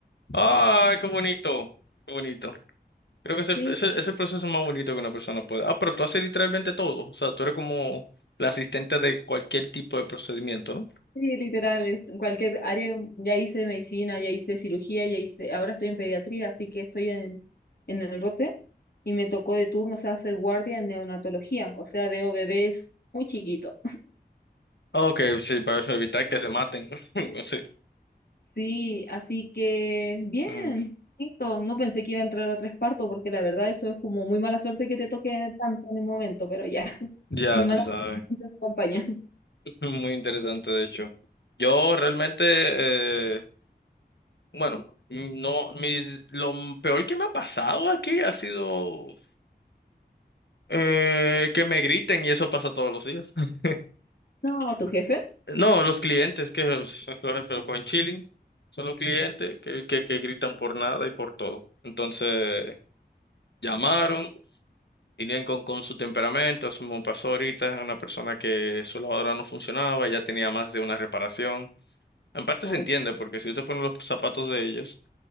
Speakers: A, on the left; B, on the left.
A: ¡Ay, qué bonito! Qué bonito. Creo que es el,
B: Sí,
A: es el, es el proceso más bonito que una persona puede. Ah, pero tú haces literalmente todo. O sea, tú eres como la asistente de cualquier tipo de procedimiento, ¿no?
B: Sí, literal, es- en cualquier área, ya hice medicina, ya hice cirugía, ya hice, ahora estoy en pediatría, así que estoy en, en el rote y me tocó de turno, o sea, hacer guardia en neonatología, o sea, veo bebés muy chiquitos.
A: Ok, sí, para evitar que se maten. <laughs> Sí.
B: Sí, así que bien,
A: Mm,
B: listo, no pensé que iba a entrar a tres partos porque la verdad eso es como muy mala suerte que te toque tanto en el momento, pero ya, <laughs>
A: Ya,
B: mi mala
A: tú sabes.
B: suerte me acompaña.
A: <laughs> Muy interesante, de hecho. Yo realmente, eh, bueno, no, mis, lo m- peor que me ha pasado aquí ha sido eh, que me griten y eso pasa todos los días. <laughs>
B: No, ¿tu jefe?
A: No, los clientes, que los jefes con chilling, son los clientes que, que, que gritan por nada y por todo. Entonces, llamaron, vinieron con, con su temperamento, eso me pasó ahorita, una persona que su lavadora no funcionaba, ya tenía más de una reparación. En parte
B: Oh,
A: se entiende, porque si tú te pones los zapatos de ellos,